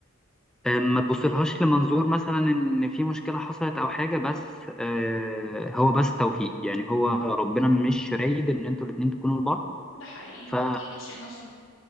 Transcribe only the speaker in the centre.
فما تبصلهاش لمنظور مثلا ان في مشكله حصلت او حاجه بس آه، هو بس توفيق يعني هو ربنا مش رايد ان انتوا الاتنين تكونوا لبعض
ف
آه،